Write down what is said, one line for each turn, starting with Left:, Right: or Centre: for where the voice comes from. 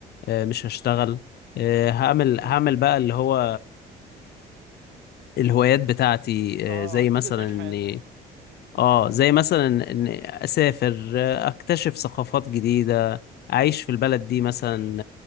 Left: آه مش هشتغل آه هعمل
Right: اه
Left: هعمل بقى اللي هو الهوايات بتاعتي
Right: اه
Left: آه، زي
Right: تبدأ
Left: مثلا
Right: تعيش
Left: اني
Right: حياتك
Left: اه زي مثلا ان اسافر آه، اكتشف ثقافات جديدة اعيش في البلد دي مثلا